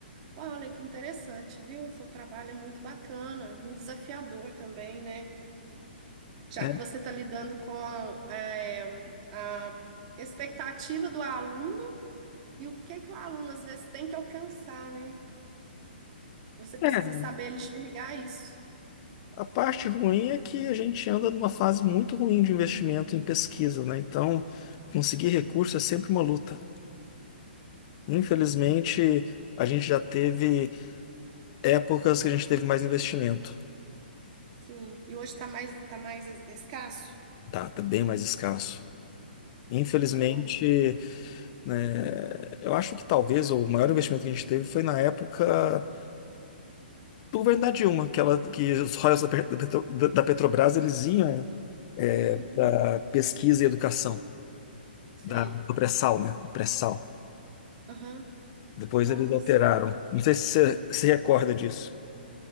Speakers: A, on the right (about 40°); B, on the left (about 35°).
A: Olha, que interessante, viu? O seu trabalho é muito bacana, muito desafiador também, né? Já
B: É.
A: que você está lidando com é, a expectativa do aluno e o que é que o aluno às vezes tem que alcançar, né? Você precisa
B: É,
A: saber enxergar isso.
B: a parte ruim é que a gente anda numa fase muito ruim de investimento em pesquisa, né? Então, conseguir recurso é sempre uma luta. Infelizmente, a gente já teve épocas que a gente teve mais investimento.
A: Sim. E hoje está mais, tá mais es- escasso?
B: Tá, tá bem mais escasso. Infelizmente.
A: Nossa.
B: né? Eu acho que talvez o maior investimento que a gente teve foi na época do governo da Dilma, que, ela, que os royalties da, Pe- da Petro- da- da Petrobras eles iam
A: Uhum.
B: para pesquisa e educação
A: Sei.
B: da, do pré-sal, né? Do pré-sal.
A: Aham.
B: Depois
A: Nossa.
B: eles alteraram. Não sei se você se recorda disso.